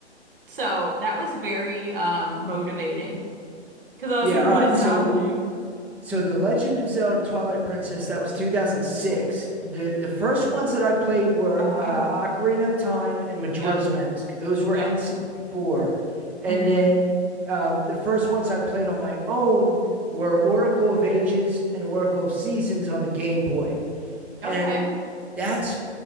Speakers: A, on the right; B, in the centre.
A: so that was very um motivating because I was
B: Yeah.
A: like, what
B: All right.
A: is happening?
B: So So the Legend of Zelda Twilight Princess that was 2006. The the first ones that I played were
A: Oh,
B: uh Ocarina of Time and Majora's
A: yep,
B: Mask. Those were
A: yep.
B: N64. And
A: Mm-hmm.
B: then um the first ones I played on my own were Oracle of Ages and Oracle of Seasons on the Game Boy.
A: Okay.
B: And that's